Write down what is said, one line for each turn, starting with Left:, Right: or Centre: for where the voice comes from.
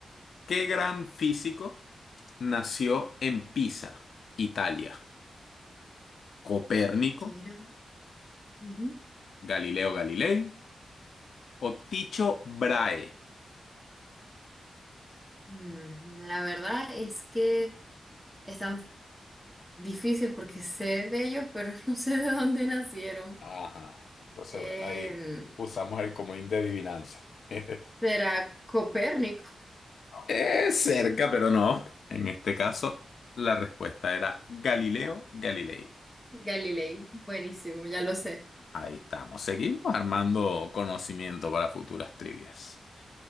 Left: ¿Qué gran físico nació en Pisa, Italia? ¿Copérnico,
Centre: ¿Qué era? Ujú.
Left: Galileo Galilei o Ticho Brahe?
Centre: Mm, La verdad es que es tan difícil porque sé de ellos, pero <laughs> no sé de dónde nacieron.
Left: Ajá. Entonces,
Centre: Em,
Left: bueno, ahí usamos el comodín de adivinanza. <laughs>
Centre: ¿será Copérnico?
Left: Eh, cerca, pero no. En este caso, la respuesta era Galileo Galilei.
Centre: Galilei, buenísimo, ya lo sé.
Left: Ahí estamos. Seguimos armando conocimiento para futuras trivias.